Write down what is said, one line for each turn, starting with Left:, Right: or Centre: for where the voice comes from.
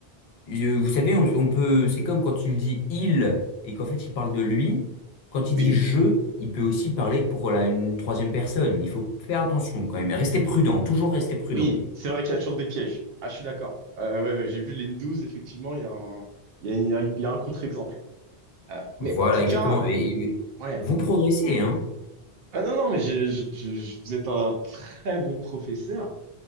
Left: euh, vous savez, on, on peut, c'est comme quand il dit il et qu'en fait il parle de lui. Quand il
Right: oui.
Left: dit je, il peut aussi parler pour la- une troisième personne. Il faut faire attention quand même. Restez prudent, toujours rester prudent.
Right: Oui, c'est vrai qu'il y a toujours des pièges. Ah, je suis d'accord. Euh, ouais, ouais, j'ai vu les n 12, effectivement, il y a un, il y a, il y a- il y a un contre-exemple. Euh,
Left: Voilà,
Right: mais en tout
Left: exactement.
Right: cas,
Left: Et, et
Right: ouais.
Left: vous progressez, hein.
Right: Ah, non, non, mais je, je, je- je- vous êtes un très bon professeur,